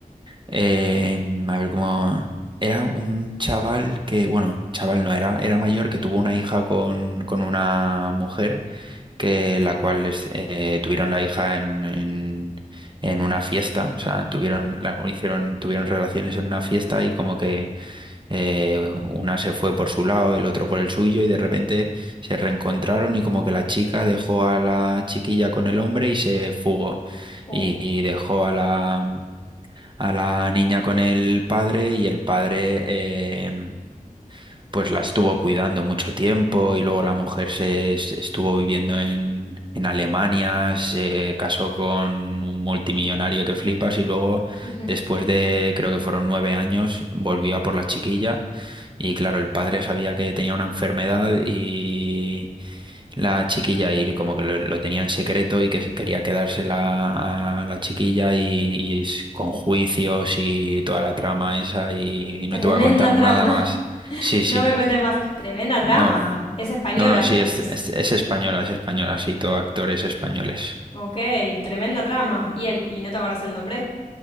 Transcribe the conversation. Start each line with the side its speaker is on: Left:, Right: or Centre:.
Right: eh, a ver cómo, era un chaval que, bueno, chaval no era, era mayor que tuvo una hija con, con una mujer que la cual es- eh, tuvieron la hija en, en, en una fiesta, o sea, tuvieron, la- o hicieron, tuvieron relaciones en una fiesta y como que eh, una se fue por su lado, el otro por el suyo y de repente se reencontraron y como que la chica dejó a la chiquilla con el hombre y se fugó
Left: Uh.
Right: y, y dejó a la, a la niña con el padre y el padre... eh, pues la estuvo cuidando mucho tiempo y luego la mujer se es- estuvo viviendo en, en Alemania, se casó con un multimillonario que flipas y luego
Left: <laughs>
Right: después de creo que fueron nueve años volvió a por la chiquilla y claro, el padre sabía que tenía una enfermedad y la chiquilla y como que lo, lo tenía en secreto y que se quería quedársela a la chiquilla y, y es con juicios y toda la trama esa y
Left: Tremenda
Right: no te voy a contar
Left: trama.
Right: nada más. Sí, sí.
Left: No me cuentes más. Tremenda trama.
Right: No,
Left: Es española,
Right: no, no, sí,
Left: me
Right: es,
Left: decís.
Right: es, es española, es española, sí, todo actores españoles.
Left: Ok, tremenda trama. ¿Y, el, y no te acordás el nombre?